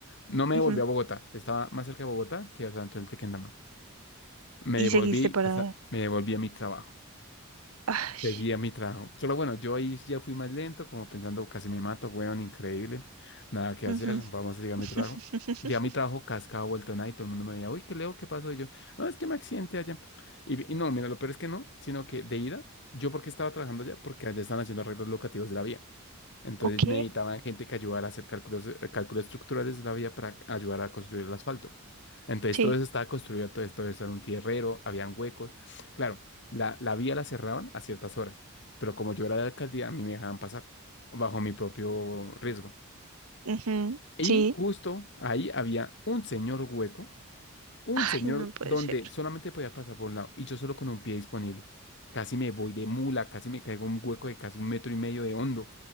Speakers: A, on the left; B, on the right.
A: No me
B: Ujú.
A: devolví a Bogotá, estaba más cerca de Bogotá que a San Antonio del Tequendama. Me
B: Y
A: devolví,
B: seguiste para.
A: hasta- me devolví a mi trabajo.
B: Ay,
A: Seguí a mi trabajo. Solo bueno, yo ahí ya fui más lento, como pensando, casi me mato, weón, increíble. Nada que hacer,
B: ujú.
A: vamos a llegar a mi
B: <laughs>
A: trabajo. Llegué a mi trabajo, cascado, vuelto nada, y todo el mundo me veía, uy, qué leo, qué pasó. Y yo, no, es que me accidenté allá. Y, y no, mira, lo peor es que no, sino que de ida, yo porque estaba trabajando allá, porque allá están haciendo arreglos locativos de la vía. Entonces
B: Ok,
A: necesitaban gente que ayudara a hacer cálculos, eh, cálculos estructurales de la vía para ayudar a construir el asfalto. Entonces
B: sí.
A: todo eso estaba construido, todo esto eso era un tierrero, habían huecos. Claro, la, la vía la cerraban a ciertas horas, pero como yo era de la alcaldía, a mí me dejaban pasar bajo mi propio riesgo.
B: ujú,
A: Y
B: Sí.
A: justo ahí había un señor hueco, un
B: Ay,
A: señor
B: no puede
A: donde
B: ser.
A: solamente podía pasar por un lado y yo solo con un pie disponible. Casi me voy de mula, casi me caigo en un hueco de casi un metro y medio de hondo.